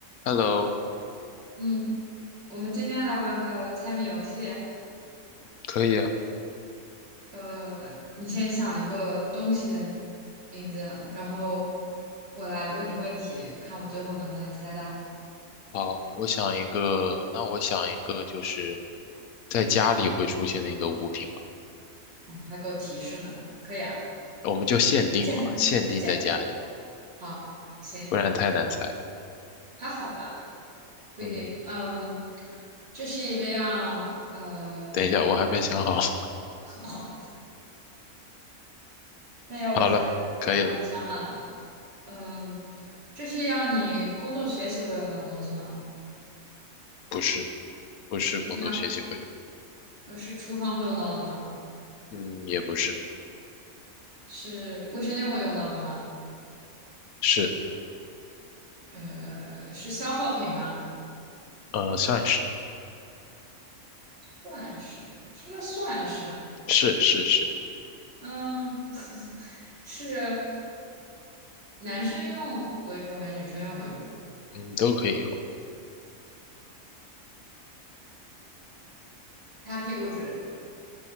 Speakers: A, on the left; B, on the right.
A: Hello，
B: 嗯，我们今天来玩个猜谜游戏。
A: 可以啊。
B: 呃，你先想一个东西的名字，然后我来问你问题，看我最后能不能猜到，
A: 好，我想一个，那我想一个，就是在家里会出现的一个物品吧。
B: 你还给我提示呢。可以啊，
A: 我们就限定嘛，
B: 这样这样，
A: 限定在家里，
B: 好，行，
A: 不然太难猜。
B: 还好吧，不一定。
A: 嗯，
B: 嗯，这是一个样，呃，
A: 等一下，我还没想好。<laughs>
B: <laughs> 哦，那要我先，
A: 好了，可以了。
B: 嗯，想好了，嗯，这是一样你工作学习会用到的东西吗？
A: 不是，不是工作学习会用。
B: 这是要，呃，是厨房会用到的吗？
A: 嗯，也不是，
B: 是卫生间会用到的吗？
A: 是，
B: 呃，是消耗品吗？
A: 呃，算是，
B: 算是，什么叫算是啊？
A: 是是是，
B: 嗯，<laughs> 是男生用为主还是女生用为主？
A: 嗯，都可以用。
B: 擦屁股纸，